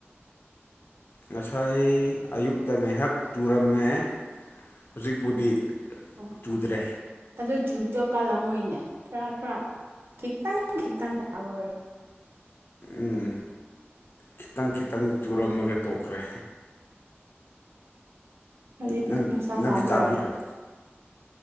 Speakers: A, on the left; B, on the right.
A: ꯉꯁꯥꯏ ꯑꯌꯨꯛꯇ ꯉꯥꯏꯍꯥꯛ ꯇꯨꯔꯝꯃꯦ ꯍꯧꯖꯤꯛꯄꯨꯗꯤ
B: ꯑꯣ
A: ꯆꯨꯗ꯭ꯔꯦ
B: ꯑꯗꯨ ꯆꯨꯕꯗꯣ ꯀꯜꯂꯝꯣꯏꯅꯦ ꯈꯔ ꯈꯔ ꯈꯤꯇꯪ ꯈꯤꯇꯪ <unintelligible>
A: ꯎꯝ ꯈꯤꯇꯪ ꯈꯤꯇꯪ ꯆꯨꯔꯝꯃꯒ ꯇꯣꯛꯈ꯭ꯔꯦ
B: ꯍꯧꯖꯤꯛꯇꯤ
A: ꯅꯪ
B: ꯅꯨꯡꯁꯥ
A: ꯅꯪꯗꯤ
B: ꯁꯥꯕ꯭ꯔꯣ
A: ꯆꯥꯕꯤꯔꯕꯣ